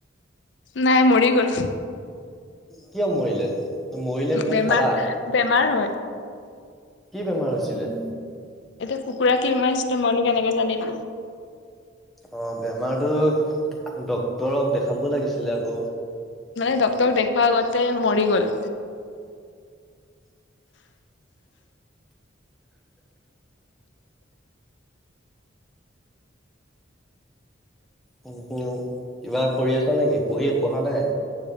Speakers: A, on the left; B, in the centre.
A: নাই মৰি গ'ল।
B: কিয় মৰিলে, মৰিলে তুমি
A: বেমাৰ
B: খালা।
A: বেমাৰ হয়
B: কি বেমাৰ হৈছিলে?
A: এতিয়া কুকুৰা কি বেমাৰ হৈছিলে মইনো কেনেকে জানিম।
B: অ বেমাৰতো ডক্তৰক দেখাব লাগিছিলে আক।
A: মানে ডাক্তৰক দেখুওৱা আগতে মৰি গ'ল
B: <unintelligible> <unintelligible> উম উম কিবা কৰি আছ নেকি, পঢ়ি পঢ়া নাই?